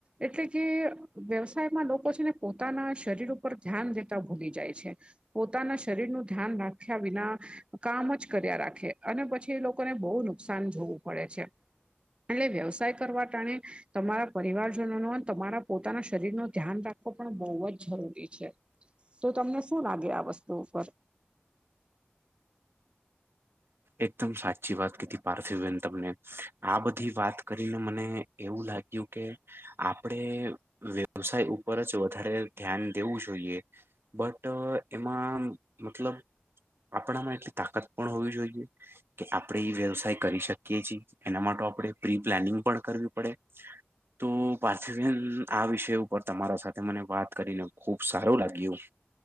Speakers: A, on the right; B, on the right.
A: એટલે કે વ્યવસાયમાં લોકો છેને, પોતાના શરીર ઉપર ધ્યાન દેતા ભૂલી જાય છે. પોતાના શરીરનું ધ્યાન રાખ્યા વિના કામ જ કર્યા રાખે અને પછી, એ લોકોને બહુ નુકસાન જોવું પડે છે. એટલે વ્યવસાય કરવા ટાણે તમારા પરિવારજનો ન તમારા પોતાના શરીર નો ધ્યાન પણ બહુ જ જરૂરી છે. તો તમને શું લાગે આ વસ્તુ ઉપર
B: એકદમ સાચી વાત કીધી પાર્થવીબેન તમને આ બધી વાત કરીને મને એવું લાગ્યું કે આપણેે વ્યવસાય ઉપર જ વધારે ધ્યાન દેવું જોઈએ. બટ એમાં મતલબ આપણામાં એટલી તાકા કોણ હોવી જોઈએ કે આપણે એ વ્યવસાય કરી શકીએ છીએ, એના માટે આપણે પ્રી પ્લાનિંગ પણ કરવી પડે તો પાર્થિવબેન આ વિષય ઉપર તમારા સાથે મને વાત કરીને ખુબ સારું લાગ્યું.